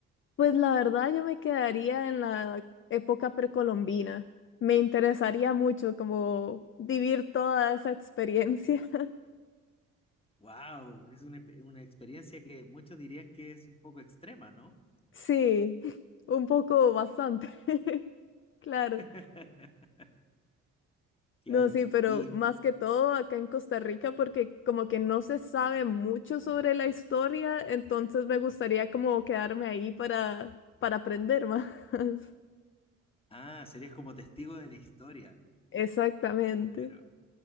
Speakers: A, on the left (about 40°); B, on the left (about 20°).
A: Pues la verdad, yo me quedaría en la época precolombina. Me interesaría mucho como vivir toda esa experiencia. <laughs>
B: Wow, es una, una experiencia que muchos dirían que es un poco extrema, ¿no?
A: Sí, un poco bastante. <laughs> Claro.
B: <laughs> Claro.
A: No, sí, pero
B: Y,
A: más que todo acá en Costa Rica, porque como que no se sabe mucho sobre la historia, entonces me gustaría como quedarme ahí para, para aprender más. <laughs>
B: ah, serías como testigo de la historia.
A: Exactamente.
B: Claro.